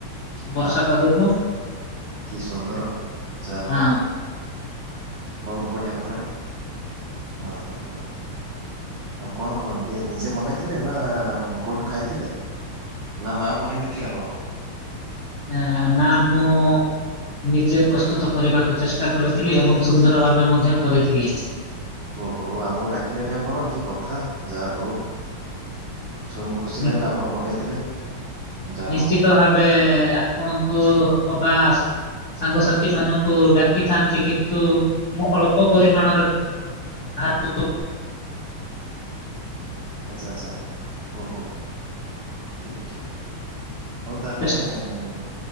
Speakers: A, on the left; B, on the right.
A: ବର୍ଷା
B: ଆହା
A: ପାଗକୁ।
B: ହା କି ସୁନ୍ଦର ଯା
A: ହଁ।
B: ହଉ। ବହୁତ ବଢିଆ କଥାଟେ ହଁ ହଁ ହଁ। ଆଉ କଣ ଇଏ ନିଜେ ବନେଇଥିଲେ ନାଁ କୋଉଠୁ ଖାଇଥିଲେ? ନାଁ ମା ବନେଇ ଦେଇଥିଲେ ଆପଣଙ୍କର?
A: ନାଁ ନାଁ ରାଣ ନାଁ ମୁଁ ନିଜେ ପ୍ରସ୍ତୁତ କରିବାକୁ ଚେଷ୍ଟା କରିଥିଲି ଏବଂ ସୁନ୍ଦର ଭାବେ ମଧ୍ୟ କରିଥିଲି।
B: ଓ ହୋ ଆମକୁ ଡାକିଲେନି ଆପଣ କି କଥା ଯା ହଉ। ଶୁଣିକି ଖୁସି
A: ନି-
B: ଲାଗିଲା ଆପଣ ବନେଇଥିଲେ। ଯାହା
A: ନିଶ୍ଚିତ
B: ହଉ
A: ଭାବେ ଆପଣଙ୍କୁ ଅ ଅବା ଆସେ। ସାଙ୍ଗସାଥି ମାନଙ୍କୁ ଡାକିଥାନ୍ତି କିନ୍ତୁ ମୁଁ ଅଳ୍ପ ପରିମାଣରେ ଭାବୁ। <inaudible>
B: ଆଛା ଆଛା ଓ ହୋ ଠିକ୍ ଠିକ୍ ଠିକ୍। ହଉ ତାହେଲେ
A: ଚେଷ୍-
B: ଆମେ ଉଁ